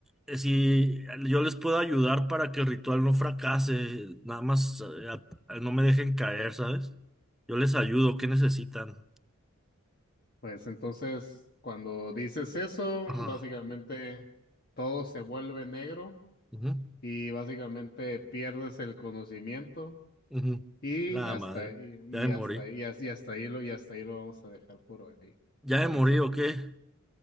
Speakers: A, in the centre; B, on the left.
A: eh, si yo les puedo ayudar para que el ritual no fracase, nada más eh, a- a- no me dejen caer, ¿sabes? Yo les ayudo, ¿qué necesitan?
B: Pues entonces, cuando dices eso,
A: Ajá.
B: básicamente todo se vuelve negro
A: Ujú,
B: y básicamente pierdes el conocimiento
A: ujú.
B: y
A: La
B: hasta
A: madre,
B: ahí- y,
A: ya me morí.
B: hasta ahí- y, as- y hasta ahí lo y hasta ahí lo vamos a dejar por hoy.
A: ¿Ya
B: ¿Te parece?
A: me morí o qué?